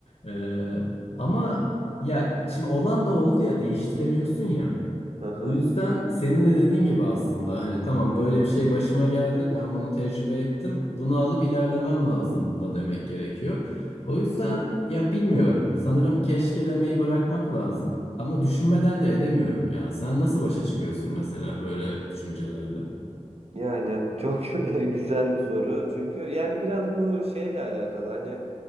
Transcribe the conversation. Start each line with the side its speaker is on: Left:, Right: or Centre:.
Left: Ee, ama ya şimdi olan da oldu ya değiştiremiyorsun ya.
Right: Aha.
Left: O yüzden senin de dediğin gibi aslında hani tamam böyle bir şey başıma geldi ben bunu tecrübe ettim bunu alıp ilerlemem lazım da demek gerekiyor. O yüzden ya bilmiyorum sanırım keşke demeyi bırakmak lazım ama düşünmeden de edemiyorum ya. Sen nasıl başa çıkıyorsun mesela böyle düşüncelerle? Hı
Right: Yani çok <laughs> güzel bir soru. Çünkü yani biraz bu şeyle alakalı. Hani